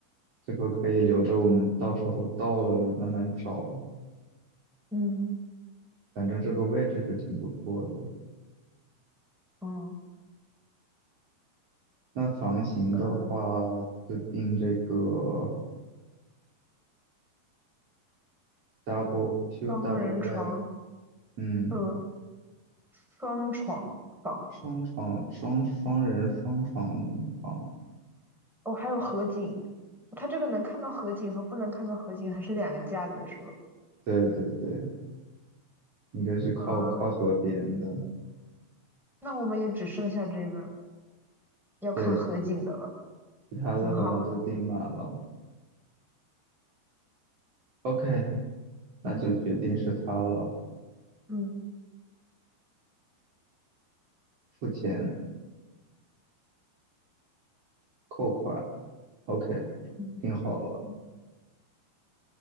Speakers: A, on the right; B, in the centre.
A: 这个可以留着我们到时候到了慢慢找，
B: 嗯
A: 反正这个位置是挺不错的。
B: 嗯
A: 那房型的话，
B: 嗯，呃
A: 就定这个 double two
B: 双人床，
A: double bed，嗯，
B: 呃，双床房。
A: 双床双双人双床房，
B: 哦，还有河景，它这个能看到河景和不能看到河景还是两个价格是吧？
A: 对对对，应该是靠靠河边的，
B: 啊，那我们也只剩下这个要看河景的了，
A: 对，其他的好像都订满了。
B: 挺好的，挺好。
A: OK，那就决定是他了，
B: 嗯
A: 付钱扣款。OK，
B: 嗯，
A: 定好了，
B: 嗯